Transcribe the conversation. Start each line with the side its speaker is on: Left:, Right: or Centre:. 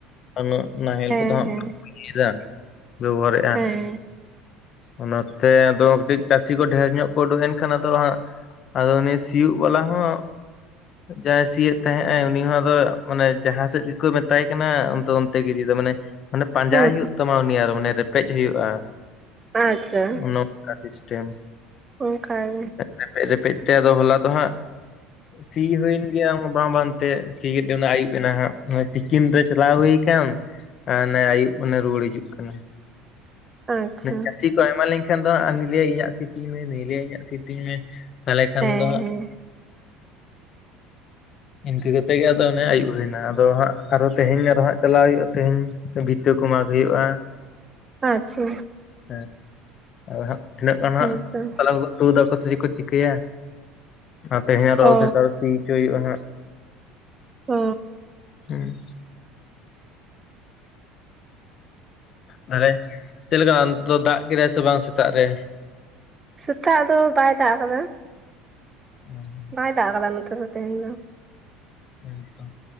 Left: ᱩᱱᱟᱹᱜ ᱱᱟᱦᱮᱞ
Right: ᱦᱮᱸ
Left: ᱠᱚᱫᱚ ᱦᱟᱸᱜ
Right: ᱦᱮᱸ
Left: ᱵᱟᱝ ᱠᱚ ᱧᱤᱨᱟ ᱵᱮᱵᱚᱦᱟᱨᱮᱜ-ᱟ᱾
Right: ᱦᱮᱸ
Left: ᱚᱱᱟᱛᱮ ᱟᱫᱚ ᱠᱟᱹᱴᱤᱡ ᱪᱟᱹᱥᱤ ᱠᱚ ᱰᱷᱮᱨ ᱧᱚᱜ ᱠᱚ ᱩᱰᱩᱠ ᱮᱱᱠᱷᱟᱱ ᱟᱫᱚ ᱦᱟᱸᱜ᱾ ᱟᱫᱚ ᱩᱱᱤ ᱥᱤᱭᱳᱜ ᱵᱟᱞᱟ ᱦᱚᱸ, ᱡᱟᱦᱟᱸᱭ ᱥᱤᱭᱮᱫ ᱛᱟᱦᱮᱸᱜ ᱟᱭ ᱩᱱᱤ ᱦᱚᱸ ᱟᱫᱚ ᱢᱟᱱᱮ ᱡᱟᱦᱟᱸ ᱥᱮᱫ ᱜᱮᱠᱚ ᱢᱮᱛᱟᱭ ᱠᱟᱱᱟ ᱚᱱᱛᱮ ᱚᱱᱛᱮ ᱜᱮ ᱤᱫᱤ ᱫᱟᱭ ᱢᱟᱱᱮ᱾ ᱢᱟᱱᱮ ᱯᱟᱸᱡᱟᱭ
Right: ᱦᱩᱸ
Left: ᱦᱩᱭᱩᱜ ᱛᱟᱢᱟ ᱩᱱᱤ ᱟᱨ ᱢᱟᱱᱮ ᱨᱮᱯᱮᱡ ᱦᱩᱭᱩᱜ-ᱟᱺ
Right: ᱟᱪᱪᱷᱟ
Left: ᱩᱱ ᱚᱠ ᱚᱝᱠᱟ ᱥᱤᱥᱴᱮᱢ᱾
Right: ᱚᱝᱠᱟ ᱜᱮ᱾
Left: ᱨᱮᱯᱮᱡ ᱨᱮᱯᱮᱡ ᱛᱮ ᱟᱫᱚ ᱦᱚᱞᱟ ᱫᱚ ᱦᱟᱸᱜ᱾ ᱥᱤ ᱦᱩᱭᱮᱱ ᱜᱮᱭᱟ ᱵᱟᱝ ᱵᱟᱝᱛᱮ ᱥᱤ ᱠᱮᱫ ᱚᱱᱟ ᱟᱹᱭᱩᱵ ᱮᱱᱟ ᱦᱟᱸᱜ ᱛᱤᱠᱤᱱ ᱨᱮ ᱪᱟᱞᱟᱣ ᱦᱩᱭ ᱠᱟᱱ᱾ ᱟᱨ ᱚᱱᱮ ᱟᱹᱭᱩᱵ ᱢᱟᱱᱮ ᱨᱩᱣᱟᱹᱲ ᱦᱤᱡᱩᱜ ᱠᱟᱱᱟ᱾
Right: ᱟᱪᱪᱷᱟ
Left: ᱪᱟᱹᱥᱤ ᱠᱚ ᱟᱭᱢᱟ ᱞᱮᱱᱠᱷᱟᱱ ᱫᱚ ᱞᱟᱹᱭ ᱤᱧᱟᱹᱜ ᱥᱤ ᱛᱤᱧ ᱢᱮ, ᱱᱩᱭᱮ ᱞᱟᱹᱭᱟ ᱤᱧᱟᱹᱜ ᱥᱤ ᱛᱤᱧ ᱢᱮ᱾ ᱛᱟᱞᱦᱮ ᱠᱷᱟᱱ
Right: ᱦᱮᱸ
Left: ᱫᱚ ᱦᱟᱸᱜ᱾
Right: ᱦᱮᱸ
Left: ᱤᱝᱠᱟᱹ ᱠᱟᱛᱮᱜ ᱜᱮ ᱟᱫᱚ ᱚᱱᱮ ᱟᱹᱭᱩᱵ ᱦᱩᱭ ᱮᱱᱟ, ᱟᱫᱚ ᱦᱟᱸᱜ ᱟᱨᱚ ᱛᱮᱦᱤᱧ ᱟᱨᱚ ᱦᱟᱸᱜ ᱪᱟᱞᱟᱜ ᱦᱩᱭᱩᱜ-ᱟ ᱛᱮᱦᱮᱧ᱾ ᱵᱷᱤᱛᱟᱹ ᱠᱚ ᱢᱟᱜᱽ ᱦᱩᱭᱩᱜ-ᱟ᱾
Right: ᱟᱪᱪᱷᱟ᱾
Left: ᱦᱮᱸ ᱟᱫᱚ ᱦᱟᱸᱜ ᱛᱤᱱᱟᱹᱜ ᱜᱟᱱ
Right: ᱦᱮᱸᱛᱚ
Left: ᱦᱟᱸᱜ ᱛᱮ ᱠᱚ ᱛᱩ ᱫᱟᱠᱚ ᱥᱮ ᱪᱮᱫᱠᱚ ᱪᱤᱠᱟᱹᱭᱟ? ᱟᱨ ᱛᱮᱦᱮᱧ ᱫᱚᱚ
Right: ᱚ
Left: ᱚᱫᱷᱮᱠ ᱟᱨᱚ ᱥᱤ ᱦᱚᱪᱚᱭ ᱦᱩᱭᱩᱜ-ᱟ ᱦᱟᱸᱜ᱾
Right: ᱚ,
Left: ᱦᱩᱸ, ᱟᱪᱪᱷᱟ᱾ ᱛᱟᱦᱞᱮ ᱪᱮᱜ ᱞᱮᱠᱟ ᱚᱱᱮ ᱛᱟᱷᱟᱫᱟᱜ ᱠᱮᱫᱟᱭ ᱥᱮ ᱵᱟᱝ ᱥᱮᱛᱟᱜ ᱨᱮ
Right: ᱥᱮᱛᱟᱜ ᱫᱚ ᱵᱟᱭ ᱫᱟᱜ ᱟᱠᱟᱫᱟ᱾
Left: ᱦᱩᱸ
Right: ᱵᱟᱭ ᱫᱟᱜ ᱠᱟᱫᱟ ᱱᱚᱛᱮ ᱫᱚ ᱛᱮᱦᱮᱧ ᱫᱚ
Left: ᱦᱮᱸᱛᱚ